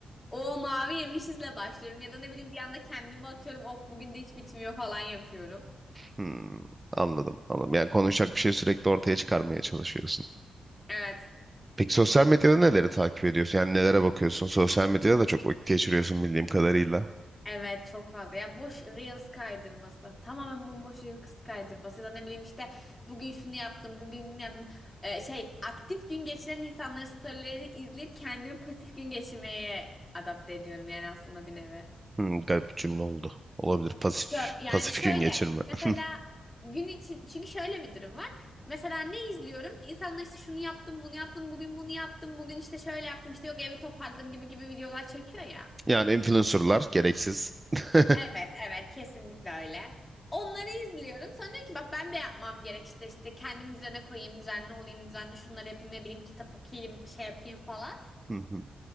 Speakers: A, on the left (about 20°); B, on the right (about 20°).
A: O mavi yemişizle başlıyorum ya da ne bileyim bir anda kendime atıyorum. Of bugün de hiç bitmiyor falan yapıyorum.
B: Hmm, anladım anladım. Yani konuşacak bir şey sürekli ortaya çıkarmaya çalışıyorsun.
A: Evet.
B: Peki sosyal medyada neleri takip ediyorsun? Yani nelere bakıyorsun? Sosyal medyada da çok vakit geçiriyorsun bildiğim kadarıyla.
A: Evet çok fazla. Yani boş reels kaydırması. Tamamen bomboş reels kaydırması. Ya da ne bileyim işte bugün şunu yaptım, bugün bunu yaptım. Ee, şey aktif gün geçiren insanların storylerini izleyip kendimi pasif gün geçirmeye adapte ediyorum yani aslında bir nevi.
B: Hmm, garip bir cümle oldu. Olabilir. Pasif,
A: Şö- yani
B: pasif
A: şöyle
B: gün geçirme.
A: mesela
B: <laughs>
A: gün için çünkü şöyle bir durum var. Mesela ne izliyorum? İnsanlar işte şunu yaptım, bunu yaptım, bugün bunu yaptım, bugün işte şöyle yaptım, işte yok evi toparladım gibi gibi videolar çekiyor ya.
B: Yani influencerlar gereksiz. <laughs>
A: Evet, evet kesinlikle öyle. Onları izliyorum. Sonra diyorum ki bak ben de yapmam gerek işte işte kendimi düzene koyayım, düzenli olayım, düzenli şunları yapayım, ne bileyim kitap okuyayım, şey yapayım falan.
B: Hı hı,